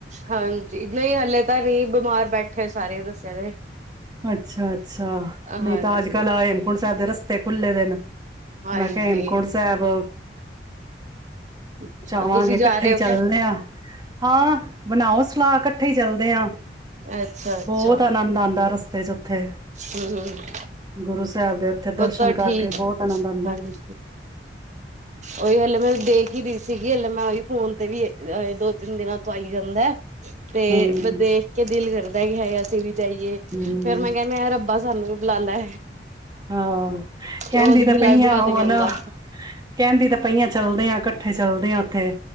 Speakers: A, on the right; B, on the right.
A: ਹਾਂਜੀ ਨਹੀਂ ਹਲੇੇ ਤਾਂ ਏਹ ਬਿਮਾਰ ਬੈਠੇ ਹ ਸਾਰੇ ਦੱਸਿਆ ਤੇ ਵੇ।
B: ਅੱਛਾ ਅੱਛਾ ਨਹੀਂ
A: ਹਾਂਜੀ।
B: ਤਾਂ ਅੱਜ ਕੱਲ੍ਹ ਹੇਮਕੁੰਟ ਸਾਹਿਬ ਦੇ ਰਸਤੇ ਖੁੱਲੇ ਦੇ ਨੇ
A: ਹਾਂਜੀ
B: ਮੈਂ ਕਿਹਾ ਹੇਮਕੁੰਟ ਸਾਹਿਬ
A: ਅੱਛਾ
B: ਜਾਵਾਂਗੇ
A: ਤੁਸੀਂ
B: ਇਕੱਠੇ
A: ਜਾ ਰਹੇ
B: ਹੀ
A: ਹੋ
B: ਚੱਲਦੇ
A: ਕਿਆ?
B: ਆ ਹਾਂ ਬਣਾਓ ਸਲਾਹ ਕਠੇ ਇਕੱਠੇ ਚੱਲਦੇ ਹਾਂ
A: ਅੱਛਾ ਅੱਛਾ
B: ਬਹੁਤ ਆਨੰਦ ਆਉਂਦਾ ਰਸ <unintelligible> ਉੱਥੇ
A: ਹਮ
B: ਗੁਰੂ ਸਾਹਿਬ ਦੇ ਦਰਸ਼ਨ
A: ਉਹ ਤਾਂ
B: ਕਰਕੇ
A: ਠੀਕ
B: ਬਹੁਤ ਆਨੰਦ ਆਉਂਦਾ
A: ਹਾਂਜੀ ਓਹੀ ਹਲੇ ਮੈਂ ਦੇਖ ਰ ਸੀਗੀ ਲੇ ਮੈਂ ਉਹੀ ਫੋਨ ਤੇ ਵੀ ਦੋ ਤਿੰਨ ਦਿਨਾਂ ਤੋਂ ਆਈ ਜਾਂਦਾ ਤੇ
B: ਹਮ
A: ਦੇਖ ਕੇ ਦਿਲ ਗਰ ਨਹੀਂ ਆਏ ਅਸੀ ਵੀ ਜਾਈਏ
B: ਹਮ
A: ਫੇਰ ਮੈਂ ਕਹਿੰਦੇ ਰੱਬਾ ਸਾਨੂੰ ਲਾ ਲੈ
B: ਹਾਂ ਕਹਿੰਦੀ
A: ਉਹ ਤੇ
B: ਤਾਂ
A: ਬੁਲਾਏ
B: ਪਈਆਂ
A: ਬਣਾ
B: ਉਹ
A: ਤੇ ਨੀ ਆਂਦਾ।
B: ਨਾ ਕਹਿੰਦੀ ਤਾਂ ਪਈਆਂ ਚੱਲਦੇ ਆ ਇਕੱਠੇ ਚੱਲਦੇ ਆ ਉੱਥੇ